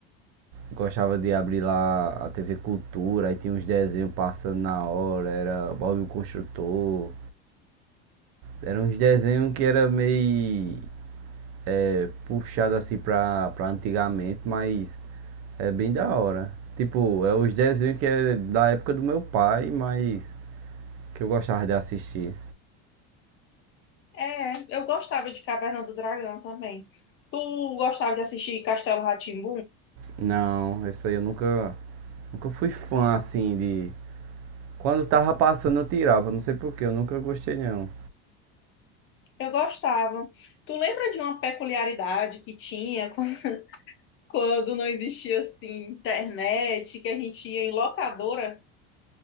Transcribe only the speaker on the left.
é, eu gostava de Caverna do Dragão também. Tu gostava de assistir Castelo rá tim
Eu gostava. Tu lembra de uma peculiaridade que tinha <laughs> quando quando não existia assim internet, que a gente ia em locadora